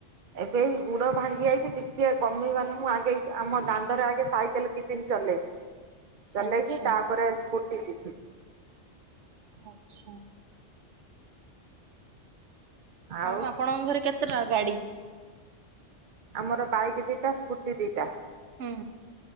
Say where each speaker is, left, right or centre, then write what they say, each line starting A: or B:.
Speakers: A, on the right (about 50°); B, on the right (about 75°).
A: ଏବେ ଗୁଡ ଭାଙ୍ଗି ଯାଇଛି ଟିକେ କମିଗଲେ ମୁଁ ଆଗେ ଆମ ଦାଣ୍ଡରେ ଆଗେ ସାଇକେଲ କିଛି ଦିନ୍ ଚଲେଇ ଚଲେଇବି
B: ଆଚ୍ଛା
A: ତାପରେ ସ୍କୁଟି ଶିଖିବି।
B: ଆଚ୍ଛା।
A: ଆଉ
B: ହଁ ଆପଣଙ୍କ ଘରେ କେତେଟା ଗାଡ଼ିି?
A: ଆମର ବାଇକ୍ ଦିଟା ସ୍କୁଟି ଦିଟା
B: ହୁଁ